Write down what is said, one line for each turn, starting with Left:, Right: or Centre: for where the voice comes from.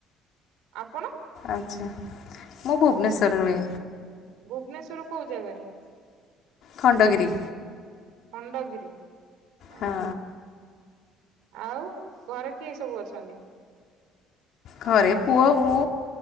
Right: ଆପଣ?
Left: ଆଚ୍ଛା ମୁଁ ଭୁବନେଶ୍ଵରରେ ରୁହେ।
Right: ଭୁବନେଶ୍ଵର କୋଉ ଜାଗାରେ?
Left: ଖଣ୍ଡଗିରି।
Right: ଖଣ୍ଡଗିରି ଓହୋ।
Left: ହଁ।
Right: ଆଉ ଘରେ କିଏ ସବୁ ଅଛନ୍ତି?
Left: ଘରେ ପୁଅ ମୁଁ